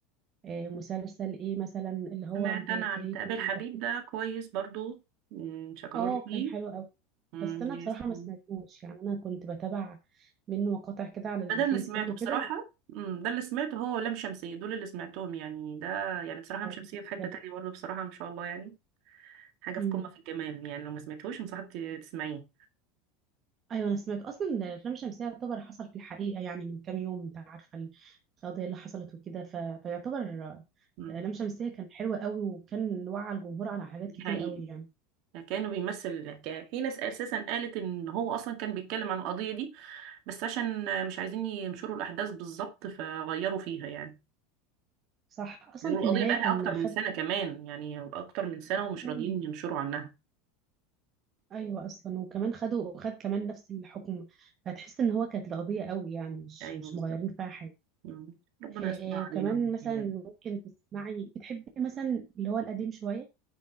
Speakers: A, on the right; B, on the right.
A: آه، مسلسل ايه مثلا اللي هو
B: سمعت
A: امبراطورية
B: انا عن تقابل
A: مين
B: حبيب
A: بس
B: ده كويس برضو مم، شكرولي
A: اه
B: فيه
A: كان حلو قوي
B: مم،
A: بس انا
B: يس
A: بصراحة
B: مم.
A: ما سمعتوش يعني انا كنت بتابع منه مقاطع كده على الفيسبوك
B: ده ده اللي سمعته
A: وكده
B: بصراحه
A: بس
B: مم، ده اللي سمعته هو ولام شمسيه دول اللي سمعتهم يعني ده يعني بصراحه لام
A: هو
B: شمسيه
A: أنا
B: في
A: مش
B: حته تانية برضه بصراحه ما شاء الله يعني حاجه
A: هتابعه.
B: في قمه في الجمال يعني لو ما سمعتهوش انصحك تسمعيه
A: ايوه انا سمعت اصلا إن الافلام الشمسيه يعتبر حصل في الحقيقه يعني من كام يوم انت عارفه ال- القضيه اللي حصلت وكده ف... فيعتبر آه،
B: مم،
A: لام شمسية كان حلوة قوي وكان وعى الجمهور على حاجات
B: دي
A: كتير
B: حقيقة
A: قوي يعني
B: كانه بيمثل الحكايه في ناس اساسا قالت ان هو اصلا كان بيتكلم عن القضيه دي بس عشان مش عايزين ينشروا الاحداث بالظبط فغيروا فيها يعني
A: صح أصلا
B: بيقولوا
A: في
B: القضيه
A: النهاية
B: بقالها
A: كان
B: اكتر من
A: خد
B: سنه كمان يعني اكتر من سنه
A: <clears throat>
B: ومش
A: مم.
B: راضيين ينشروا عنها
A: أيوة أصلا وكمان خدوا وخد كمان نفس الحكم فتحس إن هو كانت القضية قوي يعني مش
B: ايوه
A: مش
B: بالظبط
A: مغيرين فيها حاجة
B: مم. ربنا
A: آه
B: يستر علينا
A: وكمان
B: من دي
A: مثلا
B: يعني
A: ممكن تسمعي بتحبي مثلا اللي هو القديم شوية